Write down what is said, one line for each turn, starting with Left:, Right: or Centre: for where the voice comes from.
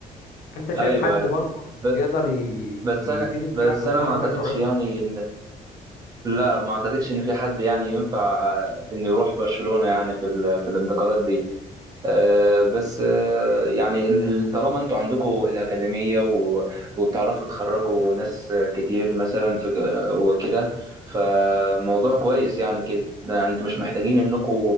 Left: انت شايف
Right: ايوه
Left: حد
Right: ايوه
Left: برضه
Right: ب-
Left: يقدر ي-
Right: بس
Left: يفيد
Right: انا
Left: الفرقه
Right: بس
Left: في الفتره
Right: انا ما اعتقدش
Left: القريبه
Right: يعني ان لا ما اعتقدش ان في حد يعني ينفع ان يروح برشلونة يعني في ال... في الانتقالات دي آه بس آه يعني ال- ال- طالما انتوا عندكم الاكاديمية و... وبتعرفوا تخرجوا ناس كتير مثلا في ج- وكده فموضوع كويس يعني كده يعني انتوا مش محتاجين انكم